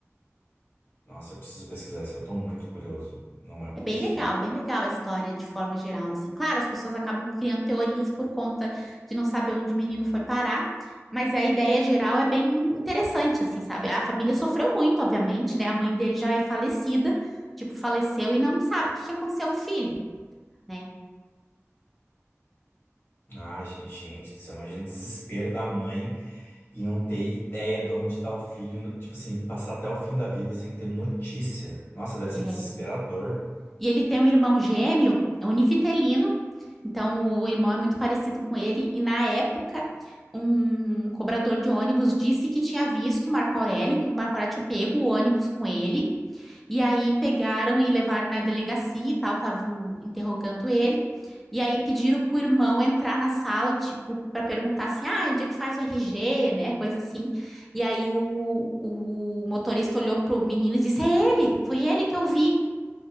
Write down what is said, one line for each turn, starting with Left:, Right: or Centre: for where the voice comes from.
Left: Nossa, eu preciso pesquisar isso. Eu tô muito curioso. Não é possível.
Centre: É bem legal, bem legal a história de forma geral, assim. Claro, as pessoas acabam criando teorias por conta de não saber onde o menino foi parar, mas a ideia geral é bem interessante, assim, sabe? A família sofreu muito, obviamente, né? A mãe dele já é falecida, tipo, faleceu e não sabe o que que aconteceu com o filho, né?
Left: Ah, gen- gente, você imagina o desespero da mãe. E não ter ideia de onde tá o filho. no- Tipo assim, passar até o fim da vida sem ter notícia. Nossa, deve
Centre: É.
Left: ser desesperador.
Centre: E ele tem um irmão gêmeo, é univitelino, então o irmão é muito parecido com ele, e na época um cobrador de ônibus disse que tinha visto o Marco Aurélio, que o Marco Aurélio tinha pego o ônibus com ele, E aí pegaram e levaram na delegacia e tal, estavam interrogando ele. E aí pediram pro irmão entrar na sala, tipo, para perguntar assim: ah, onde é que faz o RG, né? Coisa assim. E aí o, o motorista olhou pro menino e disse: é ele, foi ele que eu vi,